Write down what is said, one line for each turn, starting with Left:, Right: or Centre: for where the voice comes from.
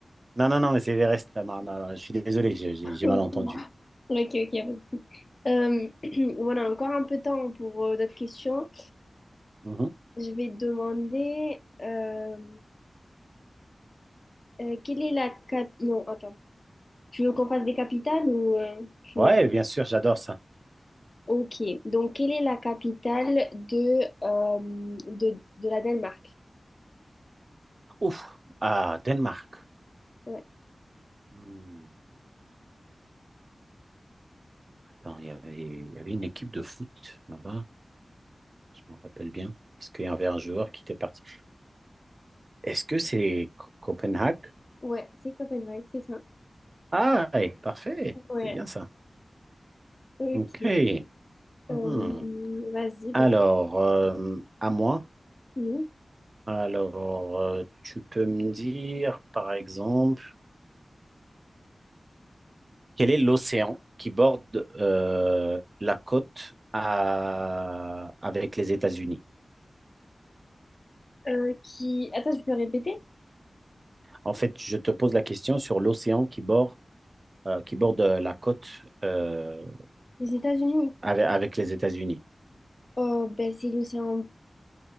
Right: Non, non, non, mais c'est Everest. Ah, Non, non, non, je suis désolé, j'ai j'ai-
Left: <laughs>
Right: j'ai mal entendu.
Left: Ok, ok. ok. Euh, <clears throat> voilà, encore un peu de temps pour euh, d'autres questions.
Right: Mhm.
Left: Je vais te demander euh, euh, quelle est la cap... Non, attends. Tu veux qu'on fasse des capitales ou euh, tu
Right: Ouais,
Left: veux-
Right: bien sûr, j'adore ça.
Left: Ok. Donc, quelle est la capitale de, euh, de, de la Danemark?
Right: Ouf, ah, Danemark.
Left: Ouais.
Right: Hmm. Attends, il y avait, il y avait une équipe de foot là-bas, je m'en rappelle bien, parce qu'il y avait un joueur qui était parti. Est-ce que c'est Co- Copenhague?
Left: Ouais, c'est Copenhague, c'est ça.
Right: Ah, eh, parfait.
Left: Ouais,
Right: C'est bien ça.
Left: ok.
Right: OK. Hmm.
Left: Euh, vas-y,
Right: Alors,
Left: bah,
Right: euh, à moi.
Left: nous.
Right: Alors, euh, tu peux me dire, par exemple, quel est l'océan qui borde euh, la côte à- avec les États-Unis?
Left: Euh, qui... Attends, je peux répéter?
Right: En fait, je te pose la question sur l'océan qui borde, euh, qui borde la côte euh,
Left: Les États-Unis.
Right: avec, avec les États-Unis.
Left: Oh, ben, c'est l'océan...